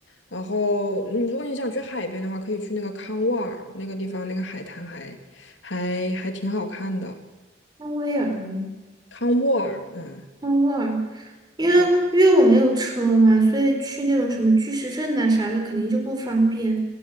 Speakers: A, on the left; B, on the right.
A: 然后，你如果你想去海边的话，可以去那个康沃尔那个地方，那个海滩还还还挺好看的。
B: 康威尔吗？
A: 康沃尔，嗯。
B: 康沃尔，因为因为我没有车嘛，
A: 对。
B: 所以去那种什么巨石阵呐、啥的肯定就不方便，